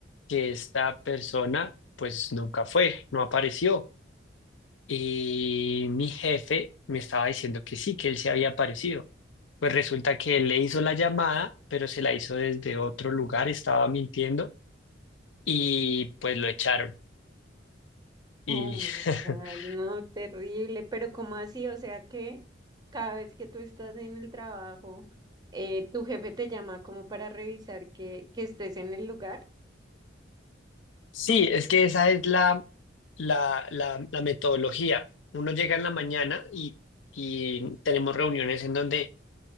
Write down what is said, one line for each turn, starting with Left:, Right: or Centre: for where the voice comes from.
Left: que esta persona pues nunca fue, no apareció. Y mi jefe me estaba diciendo que sí, que él se había aparecido. Pues resulta que él le hizo la llamada, pero se la hizo desde otro lugar, estaba mintiendo y pues lo echaron.
Right: Oh
Left: Y
Right: my
Left: <laughs>
Right: God, no, terrible, pero ¿cómo así? O sea que cada vez que tú estás en el trabajo, eh, tu jefe te llama como para revisar que, que estés en el lugar.
Left: Sí, es que esa es la, la, la, la metodología. Uno llega en la mañana y, y tenemos reuniones en donde